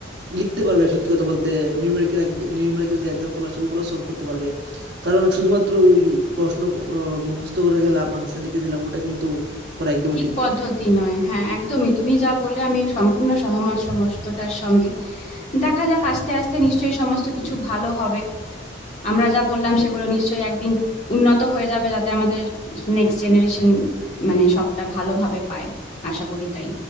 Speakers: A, on the right; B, on the left.
A: লিখতে পারবে সত্যি কথা বলতে নিউমেরিক্যাল নিউমেরিক্যাল যে এক্সাম্পল আছে ওগুলো সলভ করতে পারবে কারণ শুধুমাত্র ওই প্রশ্ন আহ, মুখস্থ করে গেলাম আনসার লিখে দিলাম ওটা কিন্তু করা একদমই
B: ঠিক
A: ঠিক
B: পদ্ধতি
A: নয়
B: নয় হ্যাঁ একদমই তুমি যা বললে আমি সম্পূর্ণ সহমত সমস্তটার সঙ্গেই দেখা যাক আস্তে আস্তে নিশ্চয়ই সমস্ত কিছু ভালো হবে আমরা যা বললাম সেগুলো নিশ্চয়ই একদিন উন্নত হয়ে যাবে যাতে আমাদের নেক্সট জেনারেশন মানে সবটা ভালোভাবে পায় আশা করি তাই